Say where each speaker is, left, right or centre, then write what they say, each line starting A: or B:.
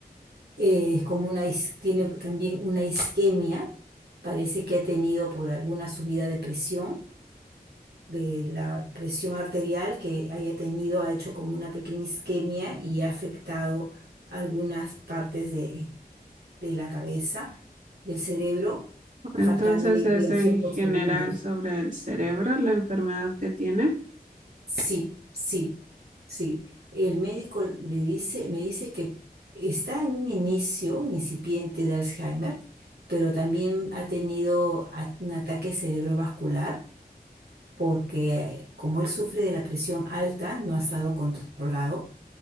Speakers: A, on the right; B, on the right.
A: eh, es como una, is- tiene también una isquemia, parece que ha tenido por alguna subida de presión, de la presión arterial que haya tenido, ha hecho como una pequeña isquemia y ha afectado algunas partes de, de la cabeza, del cerebro,
B: Entonces
A: faltando la irrigación
B: es en
A: por
B: general
A: segundos.
B: sobre el cerebro, la enfermedad que tiene.
A: Sí, sí. Sí, el médico le dice, me dice que está en un inicio incipiente de Alzheimer, pero también ha tenido a- un ataque cerebrovascular porque eh, como él sufre de la presión alta, no ha estado controlado